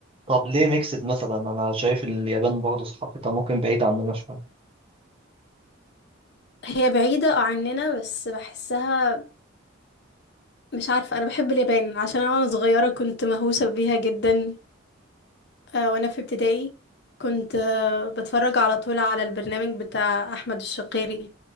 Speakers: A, on the right; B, on the left.
A: طب ليه ميكسد مثلا؟ أنا شايف اليابان برضه ثقافتها ممكن بعيدة عننا شوية
B: هي بعيده عننا بس بحسها مش عارفه انا بحب اليابان عشان انا وانا صغيره كنت مهووسه بيها جدا آه، وانا في ابتدائي كنت آه، بتفرج على طول على البرنامج بتاع احمد الشقيري